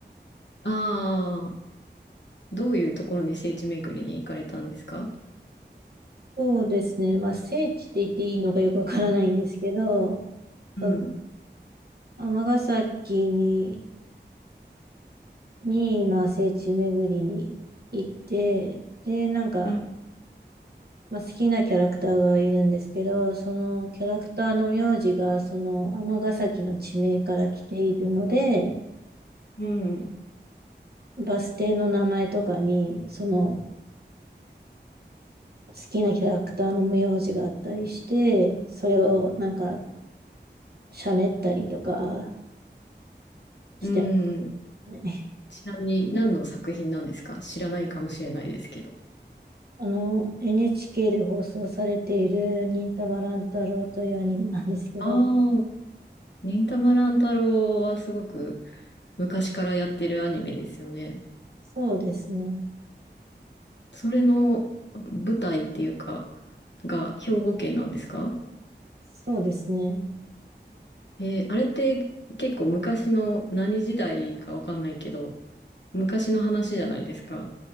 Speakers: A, on the left; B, on the right.
A: ああ。どういうところに聖地巡りに行かれたんですか
B: <laughs> そうですね。まあ聖地って言っていいのかよくわからないんですけど、
A: うん。
B: その尼崎に、に、まあ聖地巡りに行って、で、なんか、
A: うん。
B: まあ、好きなキャラクターがいるんですけど、そのキャラクターの名字がその尼崎の地名から来ているので、
A: うん。
B: バス停の名前とかに、その好きなキャラクターの無用字があったりして、それをなんか喋ったりとかして
A: うん。
B: ますね、<laughs>
A: ちなみに何の作品なんですか知らないかもしれないですけど。
B: あの、NHK で放送されている忍たま乱太郎というアニメなんですけど、
A: ああ、忍たま乱太郎はすごく昔からやってるアニメですよね。
B: そうですね。
A: それの舞台っていうか、が兵庫県なんですか
B: そうですね。
A: えーあれって結構昔の何時代かわかんないけど、昔の話じゃないですか。